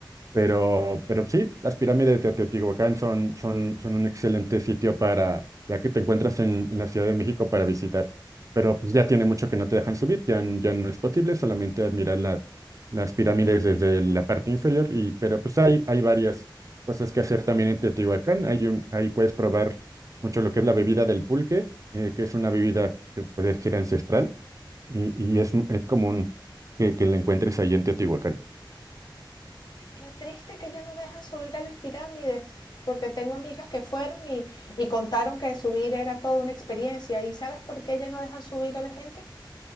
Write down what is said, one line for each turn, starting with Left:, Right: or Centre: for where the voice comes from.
Right: pero, pero sí, las pirámides de Teotihuacán son, son, son un excelente sitio para, ya que te encuentras en, en la Ciudad de México para visitar. Pero pues, ya tiene mucho que no te dejan subir, ya, n- ya no es posible, solamente admirar la- las pirámides desde la parte inferior. Y, pero pues hay, hay varias cosas que hacer también en Teotihuacán. Hay un, ahí puedes probar mucho lo que es la bebida del pulque, eh, que es una bebida que puede ser ancestral y, y es, es común que, que la encuentres ahí en Teotihuacán.
Left: Qué triste que ya no dejan subir a las pirámides, porque tengo amigas que fueron y, y contaron que subir era toda una experiencia. ¿Y sabes por qué ya no dejan subir a la gente?